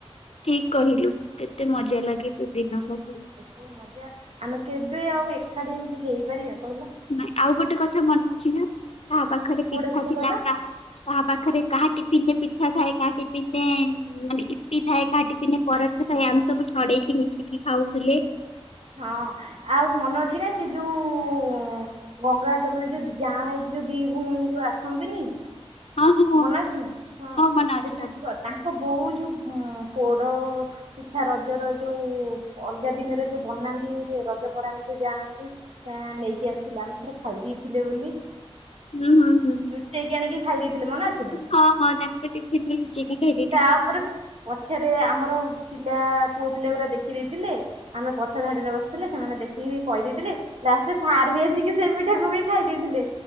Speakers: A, on the left; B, on the right.
A: ଠିକ କହିଲୁ କେତେ ମଜା ଲାଗେ ସେ ଦିନ ସବୁ।
B: ଏ ସବୁ ମଜା ଆମେ କେବେ ଆଉ ଏକାଠି ଏମିତି ହେଇପାରିବା କହିଲ।
A: ନାଇଁ ଆଉ ଗୋଟେ କଥା ମନେ ଅଛି ନା କାହା ପାଖରେ
B: କୋଉଟା
A: ପିଠା
B: କୋଉଟା
A: ଥିଲା
B: କହିଲ
A: କାହା କାହା ପାଖରେ କାହା ଟିଫିନରେ ପିଠା ଥାଏ କାହା ଟିଫିନ ରେ ମାନେ ଇପି ଥାଏ କାହା ଟି ଟିପିନ ରେ ପରଟାଥାଏ ଆମେ ସବୁ ଛଡେଇକି ମିଶିକି ଖାଉଥିଲେ।
B: ହଁ ଆଉ ମନ ଅଛି ନା ସେ ଯୋଉ ଗଙ୍ଗା ଯମୁନା ଯୋଉ ଜାଆଁଳା ହେଇକି ଯୋଉ ଦି ଭଉଣୀ ଯୋଉ ଆସନ୍ତିନି।
A: ହଁ ହଁ
B: ମନ ଅଛି ନା ହଁ
A: ମନେ ଅଛି
B: ସେ ତାଙ୍କ
A: କଥା।
B: ତାଙ୍କ ବୋଉ ଯୋଉ ପୋଡ ପିଠା ରଜର ଯୋଉ ଅଲଗା ଦିନରେ ଯୋଉ ବନାନ୍ତି ରଜପରେ ଆମେ ଯୋଉ ଯାଆନ୍ତି। ତା ନେଇକି ଆସିଥିଲେ ଆମେ ଥରେ ଖାଇ ଦେଇଥିଲେ ବୋଲି।
A: ହୁଁ ହୁଁ ହୁଁ
B: ଲୁଚେଇକି ଆଣିକି ଖାଇ ଦେଇଥିଲେ ମନେ ଅଛି ନା।
A: ହଁ ହଁ ତାଙ୍କ ଟିଫିନ ନେଇ ଚିକି ଖାଇ ଦିଏ।
B: ତାପରେ ପଛରେ ଆମର ପିଲା ପୁଅ ପିଲା ଗୁରା ଦେଖିଦେଇଥିଲେ। ଆମେ ପଛ ଧାଡିରେ ବସିଥିଲେ ସେମାନେ ଦେଖିକି କହିଦେଇଥିଲେ। ଲାଷ୍ଟରେ ସାର୍ ବି ଆସିକି ସେ ପିଠାକୁ ବି ଖାଇ ଦେଇଥିଲେ।